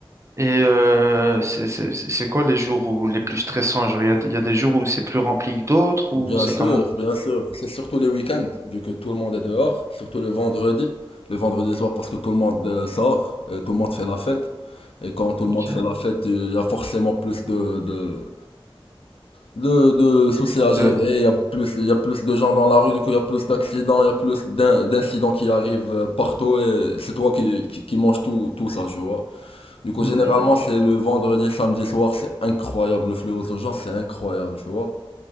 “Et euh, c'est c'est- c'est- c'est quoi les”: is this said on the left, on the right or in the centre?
Right